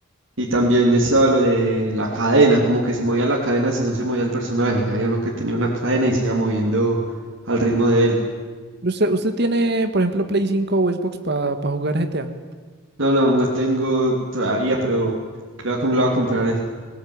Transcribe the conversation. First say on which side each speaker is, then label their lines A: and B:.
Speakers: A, on the right (about 65°); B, on the right (about 50°).
A: Y también estaba lo de la cadena, como que se movía la cadena según se movía el personaje. Hay uno que tenía una cadena y se iba moviendo al ritmo de él.
B: ¿Usted, usted tiene, por ejemplo, Play cinco o Xbox para jugar GTA?
A: No, no, no tengo todavía, pero creo que me lo voy a comprar eh,